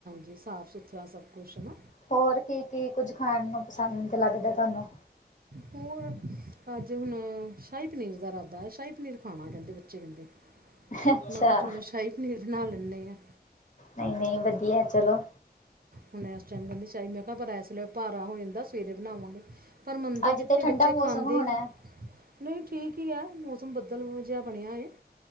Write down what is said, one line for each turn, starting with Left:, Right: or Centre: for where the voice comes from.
Right: ਜੀ ਸਾਫ਼ ਸੁਥਰਾ ਸਭ ਕੁਛ ਹਨਾ
Left: ਹੋਰ ਕੀ ਕੀ ਕੁੱਝ ਖਾਣ ਨੂੰ ਪਸੰਦ ਲੱਗਦਾ ਤੁਹਾਨੂੰ
Right: ਹੋਰ ਅੱਜ ਹੁਣ ਸ਼ਾਹੀ ਪਨੀਰ ਦਾ ਇਰਾਦਾ ਹੈ ਸ਼ਾਹੀ ਪਨੀਰ ਖਾਣਾ ਕਹਿੰਦੇ ਬੱਚੇ ਕਹਿੰਦੇ
Left: ਅੱਛਾ
Right: ਮੈਂ ਕਿਹਾ ਚਲੋ ਸ਼ਾਹੀ ਪਨੀਰ ਬਣਾ ਲੈਂ ਨੇ ਆ।
Left: ਨਹੀਂ ਨਹੀਂ ਵਧੀਆ ਚਲੋ।
Right: ਹੁਣ ਇਸ ਟਾਈਮ ਕਹਿੰਦੀ ਸ਼ਹੀ ਮੈਂ ਕਿਹਾ ਪਰ ਇਸੇਲੇ ਭਾਰਾ ਹੋ ਜਾਂਦਾ ਸਵੇਰੇ ਬਣਾਵਾਂਗੇ। ਪਰ ਮੰਨਦੇ
Left: ਅੱਜ
Right: ਕਿੱਥੇ
Left: ਤੇ ਠੰਡਾ
Right: ਬੱਚੇ
Left: ਮੌਸਮ
Right: ਖਾਂਦੇ
Left: ਹੋਣਾ
Right: ਨ ਨਹੀਂ ਠੀਕ ਹੀ ਆ ਮੌਸਮ ਬਦਲ ਜਿਹਾ ਬਣਿਆ